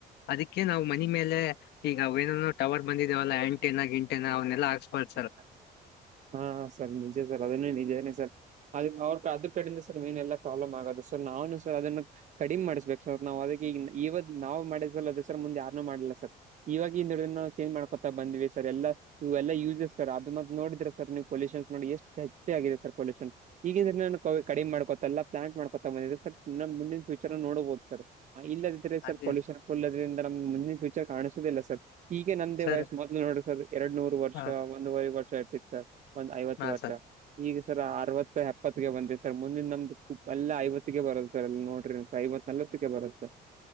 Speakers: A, on the left; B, on the right.
A: ಅದಕ್ಕೆ ನಾವು ಮನೆ ಮೇಲೆ ಈಗ ಅವೇನನು ಟವರ್ ಬಂದಿದಾವಲ್ಲ ಆಂಟೆನ ಗಿಂಟೆನ ಅವ್ನ್ನಲ್ಲಾ ಹಾಕ್ಸ್ಬಾಸರ್
B: ಸರ್ ಹಾ, ಸರ್ ನಿಜ ಸರ್ ಅದನ್ನೇ ನಿಜೇನೆ ಸರ್ ಅದ ಅವ್ರ ಅದ ಕಡಿಂದ <unintelligible> ೇ ಸರ್ ಮೇನ್ನೆಲ್ಲಾ ಪ್ರಾಬ್ಲಮ್ ಆಗೋದು ಸರ್ ನಾವನು ಸರ್ ಅದನ್ನ ಕಡಿಮೆ ಮಾಡ್ಬೇಕ್ ಸರ್ ನಾವ್ ಅದಕ್ಕೆ ಈ ಇವಾಗ್ ನಾ್ಮಾಡಿದ್ವಲ್ಲ ಅ ದಸರ ಮುಂದೆ ಯಾರ್ನು ಮಾಡಿಲ್ಲ ಸರ್ ಇವಾಗ ಹಿಂದುಡಿದ ನ ಚೇಂಜ್ ಮಾಡ್ಕೊತಾ ಬಂದ್ವಿ ಸರ್ ಎಲ್ಲಾ ಇ ಎಲ್ಲ ಯೂಸಸ್ ಸರ್ ಅದು ಮ ನೋಡಿದ್ರ, ಸರ್ ನೀವು ಪಲ್ಯೂಷನ್ ನೋಡಿ ಎಷ್ಟು ಹೆಚ್ಚ ಆಗಿದೆ ಸರ್ ಪೊಲ್ಯೂಷನ್ ಈಗಿನಿಂದ ಸ ನನ್ ಕಡಿಮೆ ಮಾಡ್ಕೊತಲ್ಲ ಪ್ಲಾಂಟ್ ಮಾಡ್ಕೊತ ಬಂದಿದೆ ಸರ್. ನನ್ ಮುಂದಿನ ಫ್ಯೂಚರ್ ನೋಡ್ಬಹದು ಸರ್- ಇಲ್ಲದಿದ್ರೆ ಸರ್
A: ಅದೇ
B: ಪೊಲ್ಯೂಷನ್ ಫುಲ್ ಇದ್ರಿಂದ ನಮ್ ಮುಂದಿನ ಫ್ಯೂಚರ್ ಕಾಣಿಸುದಿಲ್ಲ ಸರ್. ಈಗೆ ನಂದೇ
A: ಸರ್
B: ವಯಸ್ಸು ಮೊದಲು ನೋಡ್ರಿ ಸರ್ ಎರಡ್ ನೂರು ವರ್ಷ
A: ಹಾ
B: ಒಂದೂವರೆ ವರ್ಷ ಇರ್ತಿತ್ತು ಸರ್. ಒಂದ್ ಐವತ್ತು
A: ಹಾ
B: ವರ್ಷ
A: ಸರ್.
B: ಈಗ ಸರ್ ಅರವತ್ತು ಎಪ್ಪತ್ತಗೆ ಬಂದಿದೆವಿ ಸರ್ ಮುಂದಿನ ನಮ್ದು ಎಲ್ಲ ಐವತ್ತಗೆ ಬರೋದು ಸರ್ ಎಲ್ಲಿ ನೋಡ್ರಿ ಐವತ್ತು. ನಲ್ಲತ್ತಕ್ಕೆ ಬರತ್ತೆ ಸರ್